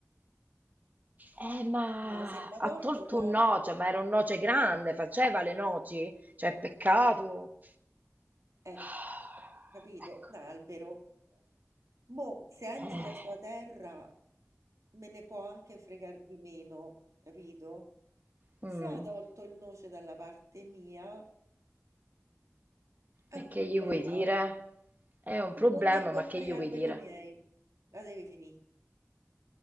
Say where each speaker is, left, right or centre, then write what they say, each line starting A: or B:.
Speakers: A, on the right; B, on the right.
A: Eh, ma
B: Ma se mi ha
A: ha
B: tolto
A: tolto
B: un
A: un
B: albero,
A: noce, ma era un noce grande, faceva le noci, cioè peccato.
B: ecco,
A: <sighs>
B: capito,
A: Ecco.
B: un albero, mo se è
A: Eh,
B: nella sua terra me ne può anche fregar di meno, capito?
A: mm,
B: Se ha tolto il noce dalla parte mia è
A: e
B: un
A: che
B: problema.
A: gli vuoi dire? È un
B: Se
A: problema,
B: non devi toccare
A: ma che gli
B: gli alberi
A: vuoi dire?
B: miei, la devi finire.